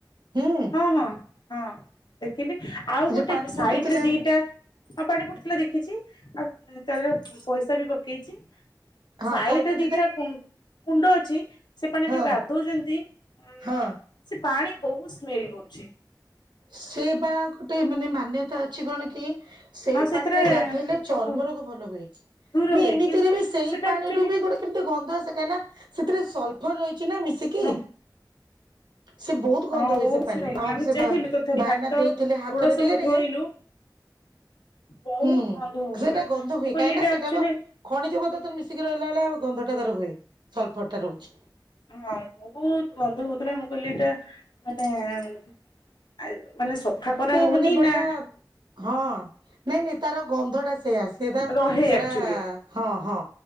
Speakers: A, on the right (about 75°); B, on the left (about 75°).
A: ହୁଁ।
B: ହଁ, ହଁ, ହଁ, ଦେଖିଲି ଆଉ
A: ସେ ଯୋଉ
B: ଗୋଟେ
A: ପାଣି ଫୁଟୁଥିଲା
B: ସାଇଟରେ ଦିଟା ହଁ ପାଣି ଫୁଟୁଥିଲା ଦେଖିଛି। ଆଉ ତା ଦେହରେ ପଇସା ବି ପକେଇଛି।
A: ହଁ
B: ସାଇଡରେ
A: ସାଇଡ ରେ
B: ଦିଟା କୁଣ୍ଡ ଅଛି ସେ ପାଣିରେ
A: ହଁ
B: ଯୋଉ ଗାଧଉଛନ୍ତି। ଉ
A: ହଁ।
B: ସେ ପାଣି ବହୁତ ସ୍ମେଲ କରୁଛି।
A: ସେ ବା ଗୋଟେ ମାନେ ମାନ୍ୟତା ଅଛି କଣ କି? ସେଇ
B: ଆଉ ସେଥିରେ
A: ପାଣିରେ ଗାଧେଇଲେ ଚର୍ମ
B: ସବୁ
A: ରୋଗ ଭଲ ହୁଏ।
B: ଦୂର ହୁଏ
A: ଏମିତିରେ
B: କିନ୍ତୁ
A: ବି ସେଇ
B: ସେଟା
A: ପାଣିରୁ
B: ଆକ୍ଚୁଆଲି
A: ବି ଗୋଟେ କେମିତି ଗନ୍ଧ ଆସେ କାହିଁକି ନା ସେଥିରେ ସଲଫର ରହିଛି ନା ମିଶିକି।
B: ହଁ
A: ସେ ବହୁତ
B: ହଁ
A: ଗନ୍ଧ ହୁଏ
B: ବହୁତ
A: ସେ ପାଣି
B: ସ୍ମେଲ ହଉଥିଲା
A: ଆମକୁ
B: ଆମେ
A: ସେ
B: ଯାଇଥିଲୁ ତଥାପି
A: ଭାଇନା
B: ହାତ
A: ଦେଇଥିଲେ ହାତରେ
B: ଗୋଡ ସବୁ
A: ଟିକେ ଟିକେ
B: ଧୋଇଲୁ ବହୁତ
A: ହୁଁ,
B: ଗନ୍ଧ ହଉଥିଲା
A: ସେଟା ଗନ୍ଧ
B: ମୁଁ
A: ହୁଏ
B: କହିଲି
A: କାହିଁ
B: ଏଇଟା
A: ନା ସେଇଟା
B: ଆକ୍ଚୁଆଲି
A: ବା ଖଣିଜ ପଦାର୍ଥ ମିଶିକି ରହିଲା ଭଳିଆ ଗନ୍ଧଟା ତାର ହୁଏ ସଲ୍ଫରଟା ରହୁଛି।
B: ହଁ, ବହୁତ ଗନ୍ଧ ହଉଥିଲା ମୁଁ କହିଲି ଏଇଟା ମାନେ ଆରେ ମାନେ ସଫା କରା
A: ନାଇଁ
B: ହଉନି
A: ମାନେ ବଢିଆ
B: ନା?
A: ହଁ, ନାଇଁ ନାଇଁ ତାର ଗନ୍ଧଟା ସେଇଆ ସେଟା,
B: ରହେ
A: ସେଟା
B: ଆକ୍ଚୁଆଲି
A: ହଁ ହଁ।